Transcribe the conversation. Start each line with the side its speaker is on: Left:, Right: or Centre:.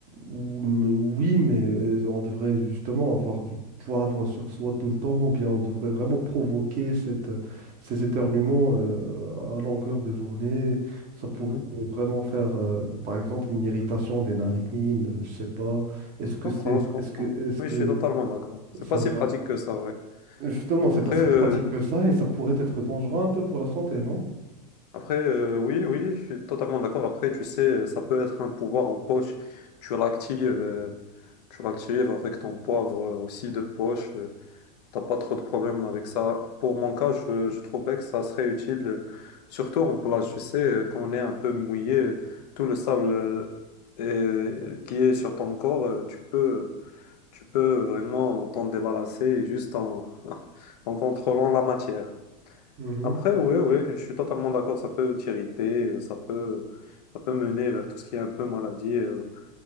Right: Ou- mais- Oui, mais euh, on devrait justement avoir du poivre sur soi tout le temps, ou bien on devrait vraiment provoquer cette, ces éternuements euh, à longueur de journée. Ça pourrait
Left: Mhm.
Right: vraiment faire, euh, par exemple, une irritation des narines, je sais pas. Est-ce que
Left: Je
Right: c'est,
Left: comprends, je comprends.
Right: est-ce que, est-ce
Left: Oui,
Right: que
Left: je suis totalement d'accord. C'est
Right: ça
Left: pas si
Right: va?
Left: pratique que ça, ouais.
Right: Justement, c'est
Left: Après,
Right: pas si
Left: euh,
Right: pratique que ça, et ça pourrait être dangereux un peu pour la santé, non?
Left: après, euh, oui, oui, je suis totalement d'accord. Après, tu sais, euh, ça peut être un pouvoir en poche. Tu l'actives, euh, tu l'actives avec ton poivre euh, aussi de poche. euh, T'as pas trop de problèmes avec ça. Pour mon cas, je, je trouverais que ça serait utile, euh, surtout en plage. Tu sais, euh, quand on est un peu mouillé, euh, tout le sable euh, est- qui est sur ton corps, euh, tu peux, tu peux vraiment t'en débarrasser juste en, <laughs> en contrôlant la matière.
Right: Mhm,
Left: Après, oui, oui, je suis totalement d'accord. Ça peut t'irriter, euh, ça peut, ça peut mener vers tout ce qui est un peu maladie, euh,